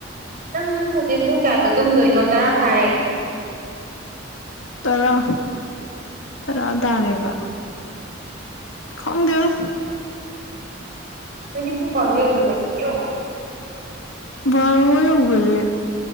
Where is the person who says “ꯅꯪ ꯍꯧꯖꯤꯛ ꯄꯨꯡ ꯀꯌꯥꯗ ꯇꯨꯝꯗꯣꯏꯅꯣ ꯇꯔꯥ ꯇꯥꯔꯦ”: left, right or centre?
Right